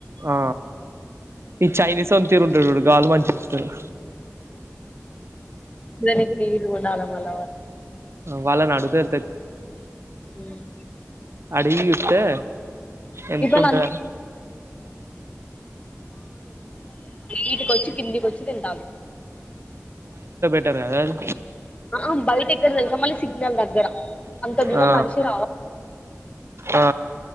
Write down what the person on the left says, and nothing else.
దనికి నీట్ గుండాల మల్ల
హ్మ్
<unintelligible>
ఈటికి వచ్చి కిందికి వచ్చి తింటాం
ఆమ్ బయట తెలుసా మళీ సిగ్నల్ దగ్గర అంత దూరం
నడిసి రావలి